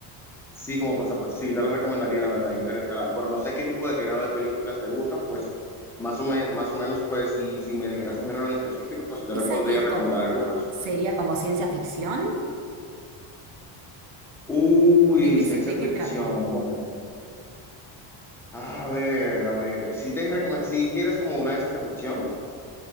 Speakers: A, in the centre; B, on the right.
A: Sí, como pasa, pues sí, te lo recomendaría, la verdad, Interestelar. Pero no sé qué tipo de género de películas te gustan, pues más o, me- más o menos, pues si, si me dijeras un género en específico, sí te
B: ¿Esa
A: re- podría
B: que es
A: recomendar
B: como,
A: algunas.
B: sería como ciencia ficción?
A: Uy,
B: ¿De qué,
A: ciencia
B: se- de
A: ficción.
B: qué trata?
A: Bueno, a ver, a ver. Si te recome- si quieres como una de ciencia ficción.